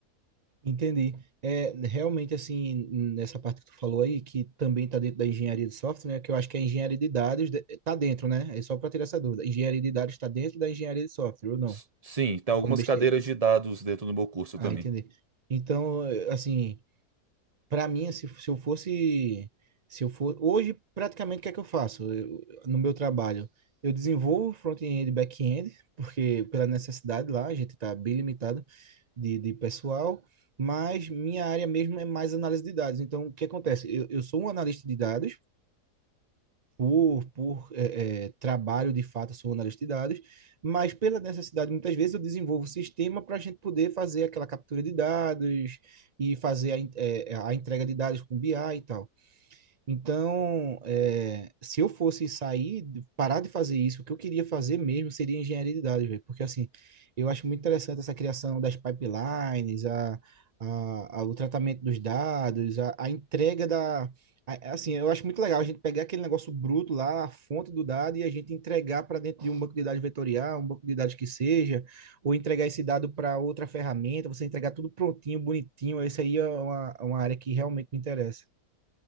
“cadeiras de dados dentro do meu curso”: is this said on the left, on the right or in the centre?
Right